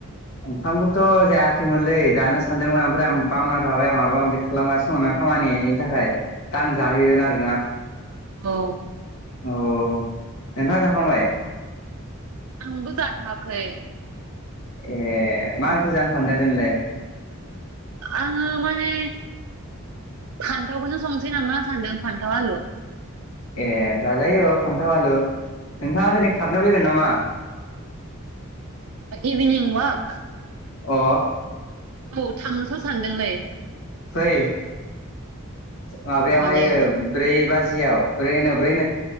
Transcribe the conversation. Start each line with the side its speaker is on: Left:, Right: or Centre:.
Left: ओंखामखौथ' जायाखैमोनलै जानो सानदोंमोन ओमफ्राय आं बावना थाबाय आं माबा माबि खालामगासनो मोनाखै। खामानिनि थाखाय दां जाहैगोन आरोना।
Right: औ
Left: औ नोंथाङ जाखांबाय।
Right: आंबो जाथ'वाखै।
Left: ए मांखो जानो सांदों दोनलाय।
Right: आङो माने। फान्थावखौनो संसै नामा सान्दों फान्थाव आलु
Left: ए जाजायो औ फान्थाव आलु नोंथाङा दिनै खारनो फैगोन नामा।
Right: इभिनिं वाक।
Left: अ
Right: औ थांनोथ' सानदोंलै।
Left: फै माबायावायो
Right: माने
Left: ब्रै बाजि। बाजियाव बै ब्रै